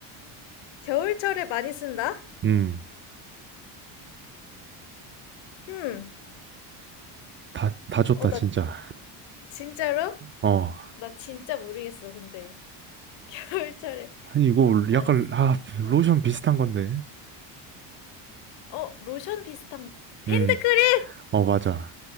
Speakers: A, on the left; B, on the right.
A: 겨울철에 많이 쓴다?
B: 음,
A: 음.
B: 다, 다 줬다,
A: 어, 나
B: 진짜.
A: 진짜로?
B: 어,
A: 나 진짜 모르겠어, 근데. <laughs> 겨울철에
B: 아니, 이거
A: 많이
B: 약간,
A: 쓰.
B: 아, 로션
A: 응.
B: 비슷한 건데.
A: 어, 로션 비슷한 핸드크림!
B: 음, 어, 맞아.